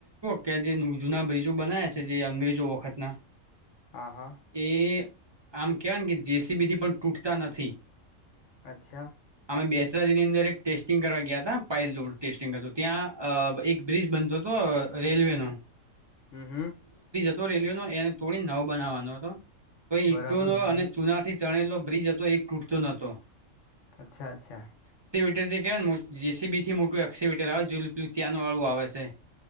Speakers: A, on the right; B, on the left.
A: કયાંક જે જૂના બ્રિજો બનાવ્યા છે. જે અંગ્રેજો વખતના
B: હા હા
A: એ આમ કહેવાય ને કે જેસીબીથી પણ તૂટતા નથી.
B: અચ્છા
A: અમે બે રિયાની અંદર ટેસ્ટિંગ કરવા ગયા હતા. પાયલોડ ટેસ્ટિંગ હતું. ત્યાં એક બ્રિજ બનતો હતો. રેલ્વેનો
B: હમ્મ હમ્મ
A: જો રેલ્વેનો એને તોડી, નવો બનાવાનો હતો. તો ઈંટો
B: બરાબર
A: નો અને ચૂનાથી ચણેલો બ્રિજ હતો એ તૂટતો નહોતો
B: અચ્છા અચ્છા.
A: <unintelligible> જેસીબીથી મોટું એક્વેટર આવે ને પેલું ચેનવાળું આવે છે.